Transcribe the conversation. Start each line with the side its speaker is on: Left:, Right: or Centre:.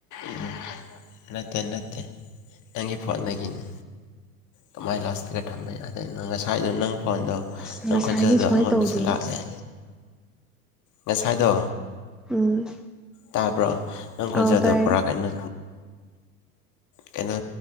Left: ꯎꯝ ꯅꯠꯇꯦ ꯅꯠꯇꯦ ꯅꯪꯒꯤ ꯐꯣꯣꯟ ꯂꯩꯗꯒꯤꯅꯦ ꯀꯃꯥꯏꯅ ꯂꯥꯁꯇꯒ ꯊꯝꯕ ꯌꯥꯗꯣꯏꯅꯣ ꯉꯁꯥꯏꯗꯣ ꯅꯪ ꯐꯣꯟꯗꯣ
Centre: ꯑꯁ
Left: ꯅꯪ
Centre: ꯉꯁꯥꯏꯗꯤ
Left: ꯈꯣꯟꯖꯦꯜꯗꯣ
Centre: ꯁꯨꯃꯥꯏꯅ
Left: ꯑꯩꯉꯣꯟꯗꯁꯨ
Centre: ꯇꯧꯗꯦ
Left: ꯂꯥꯛꯑꯦ ꯉꯁꯥꯏꯗꯣ
Centre: ꯎꯝ
Left: ꯇꯥꯕ꯭ꯔꯣ ꯅꯪ ꯈꯣꯟꯖꯦꯜꯗ
Centre: ꯑꯥꯎ ꯇꯥꯏꯌꯦ
Left: ꯄꯨꯔꯥ ꯀꯩꯅꯣ ꯀꯩꯅꯣ